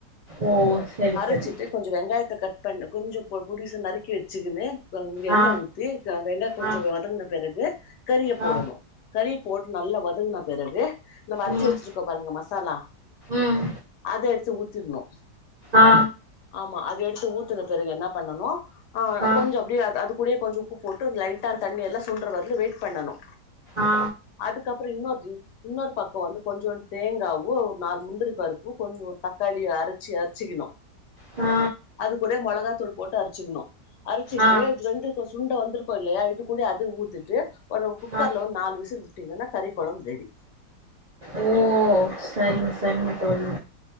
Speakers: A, on the right; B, on the left.
A: ஓ செரி
B: அரைச்சிட்டு
A: செரி
B: கொஞ்ச வெங்காயத்த கட் பண்ண கொஞ்சம் பொ பொடிசா நறுக்கி வச்சுக்குனு எண்ணெய
A: ஆ
B: ஊத்தி வெங்காய கொஞ்ச
A: ஆ
B: வதங்குன பெறகு கறிய போடணு
A: ஆ
B: கறி போட்டு நல்லா வதங்கனா பிறகு நம அரைச்சு
A: ம்
B: வச்சிருக்கோ பாருங்க மச தல
A: ம்
B: அது எடுத் சூ ஊத்திடனு
A: ஆ
B: ஆமா அது எடுத்து ஊத் ஊத்துன பிறகு என்னா பண்ணனு ஆஹ்
A: ஆ
B: கொஞ்சோ அப்டியே அத அதுக் அப்படியே கொஞ்ச உப்பு போட்டு லைட்டா தண்ணியெல்லா சுன்ற வரலயு வெயிட் பண்ணணு
A: ஆ
B: அதுக்கப்பற இன்னொரு இன்னொரு பக்க வந்து கொஞ்சோ தேங்காவு ஓ நாலு முந்திரி பருப்பு கொஞ்ச தக்காளிய அரைச்சி அரைச்சிக்கிணு
A: ஆ
B: அது கூட மொளகாத்தூள் போட்டு அரைச்சுகிக்கணு அரைச்சிட்டு
A: ஆ
B: இது வெந்து கொஸ் சுண்ட வந்திருக்கோ இல்லையா இது கூட அத ஊத்திட்டு ஒரு குக்கர்ல
A: ஆ
B: வந் நாலு விசில் டிங்கன்னா கறி கொளம்ரெடி
A: ஓ சரிங்க சரிங்க தோழி